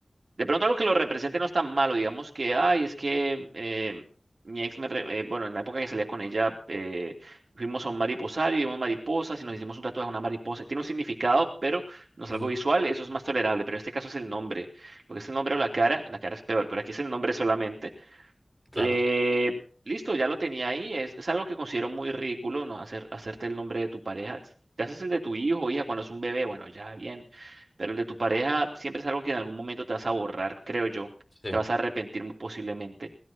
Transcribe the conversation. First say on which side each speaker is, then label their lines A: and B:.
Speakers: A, on the right; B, on the left.
A: De pronto algo que lo represente no es tan malo, digamos que, ay, es que eh, mi ex, me re- eh, bueno, en la época que salía con ella, eh, fuimos a un mariposario, y vimos mariposas y nos hicimos un tatuaje de una mariposa. Tiene un significado, pero no es
B: Ujú.
A: algo visual, eso es más tolerable, pero en este caso es el nombre. Lo que es el nombre o la cara, la cara es peor, pero aquí es el nombre solamente.
B: Claro,
A: Eh, listo, ya lo tenía ahí. Es, es algo que considero muy ridículo, ¿no? Hacer, hacerte el nombre de tu pareja. Te haces el de tu hijo o hija cuando es un bebé, bueno, ya bien. Pero el de tu pareja siempre es algo que en algún momento te vas a borrar, creo yo.
B: sí.
A: Te vas a arrepentir muy posiblemente.